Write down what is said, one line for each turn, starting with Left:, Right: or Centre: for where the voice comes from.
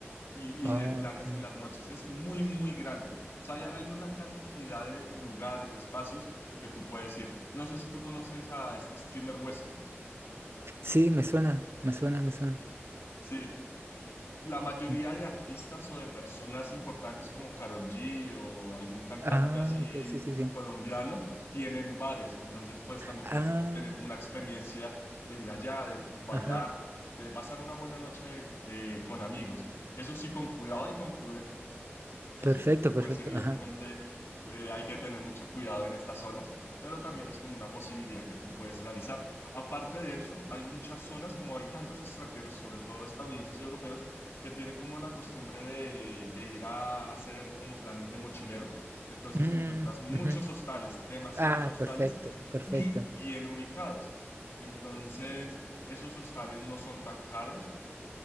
Left: y,
Right: Ah,
Left: y de planes
Right: ok.
Left: en las noches. Es muy, muy grande. O sea, ya hay una cantidad de lugares, de espacios que tú puedes ir. No sé si tú conoces a este streamer Westcol.
Right: Sí, me suena, me suena, me suena.
Left: Sí. la mayoría
Right: Mm.
Left: de artistas o de personas importantes como Karol G o algún cantante
Right: Ah,
Left: así
Right: ok, sí, sí, sí.
Left: colombiano tienen bares, entonces pues también
Right: Ah,
Left: puedes tener como una experiencia de ir allá, de bailar,
Right: ajá.
Left: de pasar una buena noche eh, con amigos. Eso sí, con cuidado y con prudencia violencia,
Right: Perfecto,
Left: porque
Right: perfecto,
Left: pues evidentemente
Right: ajá.
Left: eh, hay que tener mucho cuidado en estas zonas, pero también es como una posibilidad que tú puedes realizar. Aparte de eso, hay muchas zonas, como hay tantos extranjeros, sobre todo estadounidenses y europeos, que tienen como la costumbre de, de ir a hacer como planes de mochilero, entonces
Right: Mm,
Left: encuentras muchos
Right: ujú.
Left: hostales, demasiados
Right: Ah,
Left: hostales
Right: perfecto, perfecto.
Left: y bien ubicados. Entonces, esos hostales no son tan caros